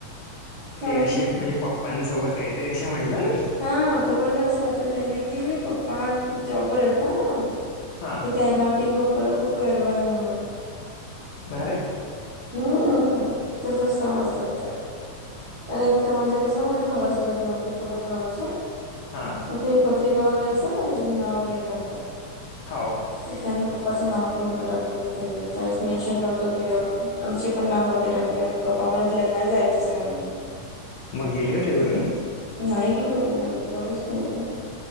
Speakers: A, on the right; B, on the left.
A: काय
B: ते अशे म्हणजे पप्पांसोबत काहीतरी असे म्हणला ना?
A: हा पप्पाला अस वाटून राहिला की पप्पा जॉबवर आहेत ना आता
B: हां
A: त त्यांना वाटते की पप्पाला खूप गर्व आहे म्हणून
B: नायरे
A: हम्म तसच समजतात ते आणि एक तर म्हणजे कसं माझ्या भावाचं लग्न होतं चुलत भावाचं
B: हां
A: म ते पत्रिका वगैरे असतात का त्याचे नाव वगैरे टाकतात
B: हो
A: ते त्याने पप्पाचं नाव पण नव्हतं टाकलं तिथे काहीच मेंशन नव्हतं केलं आमची पण नाव नव्हती टाकले मग पप्पा मला लग्न जायच नाही म्हणून
B: मग गेले होते तुम्ही
A: नाही गेलो मग आम्ही कोणीच नाही गेलो